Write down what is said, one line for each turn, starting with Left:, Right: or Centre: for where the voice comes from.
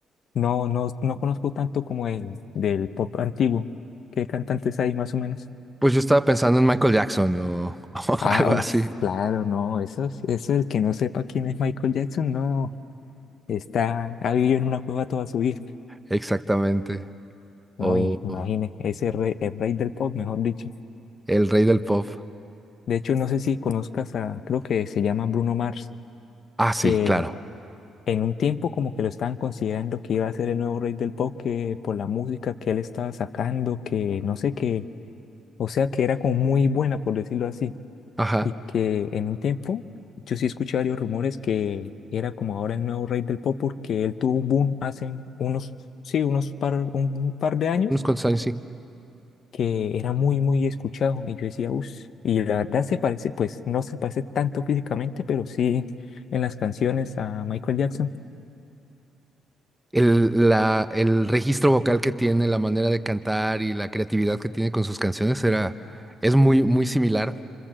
Left: No, no, no conozco tanto como el del pop antiguo. ¿Qué cantantes hay más o menos?
Centre: Pues yo estaba pensando en Michael Jackson o, <laughs> o
Left: Ah,
Centre: algo
Left: uff,
Centre: así.
Left: claro, no, eso es, eso el que no sepa quién es Michael Jackson, no, está, ha vivido en una cueva toda su vida,
Centre: Exactamente.
Left: no,
Centre: O
Left: y imagine, ese rey, el rey del pop, mejor dicho.
Centre: el rey del pop.
Left: De hecho, no sé si conozcas a, creo que se llama Bruno Mars,
Centre: Ah, sí,
Left: que
Centre: claro.
Left: en un tiempo como que lo estaban considerando que iba a ser el nuevo rey del pop, que por la música que él estaba sacando, que no sé qué, o sea, que era como muy buena, por decirlo así
Centre: Ajá.
Left: y que en un tiempo yo sí escuché varios rumores que era como ahora el nuevo rey del pop porque él tuvo un boom hace unos, sí, unos par, un, un par de años
Centre: Unos cuantos años, sí.
Left: que era muy, muy escuchado y yo decía, uff, y la verdad se parece, pues no se parece tanto físicamente, pero sí en las canciones a Michael Jackson,
Centre: El, la, el registro vocal que tiene, la manera de cantar y la creatividad que tiene con sus canciones era, es muy, muy similar.